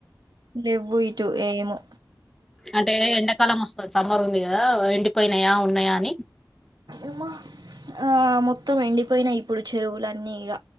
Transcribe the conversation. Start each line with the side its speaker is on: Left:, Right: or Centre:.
Right: రెవ్వు ఇటు ఏమో
Centre: అంటే ఎండాకాలం వస్తది సమ్మర్ ఉంది కదా ఎండిపోయినాయా ఉన్నాయా అని
Right: ఉమ ఆ మొత్తం ఎండిపోయినయ్ ఇప్పుడు చెరువులన్నీ ఇగ